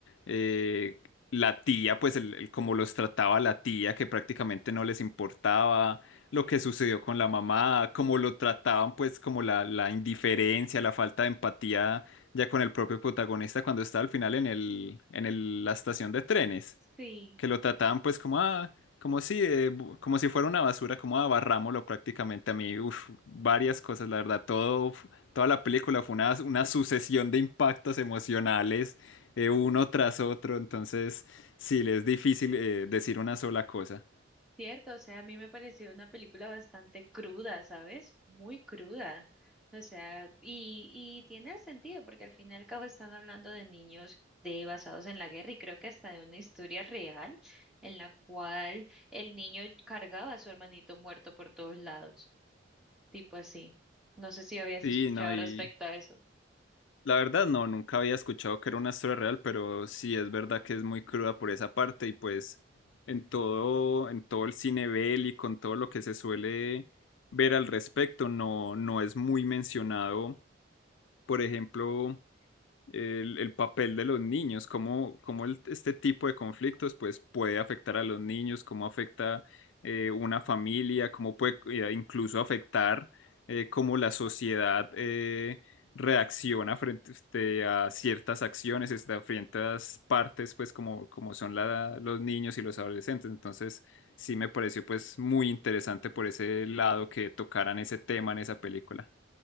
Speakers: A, on the left; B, in the centre.
A: eh, la tía, pues el, el cómo los trataba la tía, que prácticamente no les importaba lo que sucedió con la mamá, cómo lo trataban, pues como la, la indiferencia, la falta de empatía ya con el propio protagonista cuando está al final en el, en el- la estación de trenes
B: Sí.
A: que lo trataban pues como ah, como si eh, bu- como si fuera una basura, como ah, barrámoslo prácticamente a mí, uf, varias cosas, la verdad, todo f- toda la película fue una, una sucesión de impactos emocionales eh, uno tras otro, entonces sí, le es difícil eh, decir una sola cosa.
B: Cierto, o sea, a mí me pareció una película bastante cruda, ¿sabes? Muy cruda. O sea, y, y tiene sentido, porque al fin y al cabo están hablando de niños de basados en la guerra y creo que hasta de una historia real en la cual el niño cargaba a su hermanito muerto por todos lados, tipo así. No sé si habías
A: Sí,
B: escuchado
A: no, y
B: respecto a eso.
A: La verdad, no, nunca había escuchado que era una historia real, pero sí es verdad que es muy cruda por esa parte y pues en todo, en todo el cine bélico, con todo lo que se suele ver al respecto, no, no es muy mencionado. Por ejemplo, el, el papel de los niños, cómo, cómo el- este tipo de conflictos pues, puede afectar a los niños, cómo afecta eh, una familia, cómo puede eh, incluso afectar eh, cómo la sociedad eh, reacciona frente este, a ciertas acciones, este, a ciertas partes, pues como, como son la- los niños y los adolescentes. Entonces, sí me pareció pues muy interesante por ese lado que tocaran ese tema en esa película.